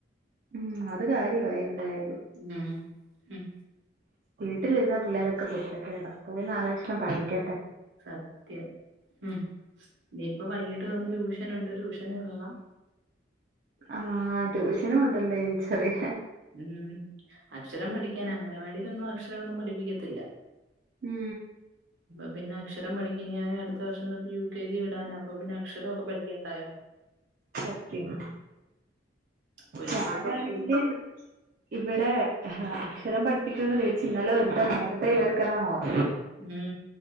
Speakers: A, on the right; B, on the right.
A: ഉം അത് കാര്യവുമായി എന്തായാലും
B: ഉം ഉം
A: വീട്ടിലിരുന്ന പിള്ളേരൊക്കെ കുരുത്തകേടാ പോയി നാലക്ഷരം പഠിക്കട്ടെ
B: സത്യം ഉം ഇനിയിപ്പ വൈകിട്ട് വന്ന് ട്യൂഷനുണ്ട് ട്യൂഷന് വിടണം
A: ആഹ ട്യൂഷനു ഉണ്ടല്ലേ ഈ ചെറിയ
B: ഉം അക്ഷരം പഠിക്കാൻ അങ്ങനവാടിൽ ഒന്നും അക്ഷരം ഒന്നും പഠിപ്പിക്കത്തില്ല
A: ഉം
B: അപ്പൊ പിന്നെ അക്ഷരം പഠിക്ക അവനെടുത്ത അടുത്തവർഷം തൊട്ട് യു കെ ജി വിടാന അപ്പ പിന്നെ അക്ഷരൊക്കെ പഠിക്കണ്ടായോ
A: സത്യം
B: ഒരുതൊക്കെ
A: ഞാനാണെങ്കില്
B: പഠിച്ച്
A: ഇവിടെ ഹെ അക്ഷരം പഠിപ്പിക്കന്ന് പേടിച്ച് ഇന്നലെ ഒരുത്തൻ നേരത്തെ ഏർക്കടുന്നങ്ങി
B: ഉം